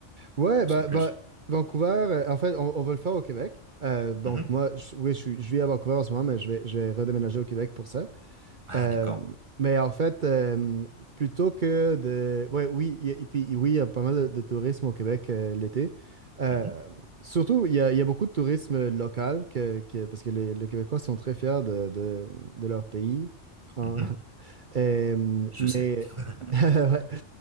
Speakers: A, on the right (about 50°); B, on the right (about 25°).
A: ouais,
B: ou
A: ben,
B: sans plus?
A: ben, Vancouver, euh, en fait, on, on va le faire au Québec. Euh, donc,
B: Mhm.
A: moi, je- oui, je, suis- je vis à Vancouver en ce moment, mais je vais, je vais redéménager au Québec pour ça.
B: Ah,
A: Euh,
B: d'accord.
A: mais en fait, euh, plutôt que de... Ouais, oui, il y a, et puis oui, il y a pas mal de, de tourisme au Québec euh, l'été. Euh,
B: Mhm,
A: surtout, il y a, il y a beaucoup de tourisme local, que, que- parce que les, les Québécois sont très fiers de, de- de leur pays. En-
B: mhm.
A: <laughs> Euh,
B: Je
A: mais
B: sais. <laughs>
A: <laughs> ouais.